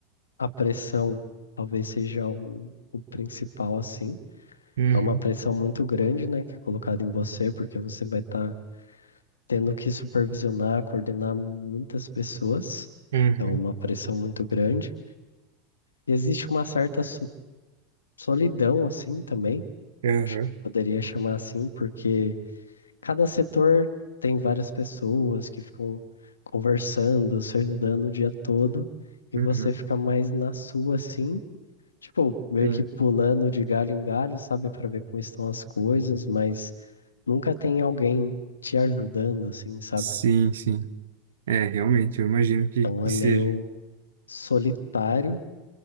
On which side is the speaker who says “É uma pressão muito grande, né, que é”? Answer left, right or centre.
Left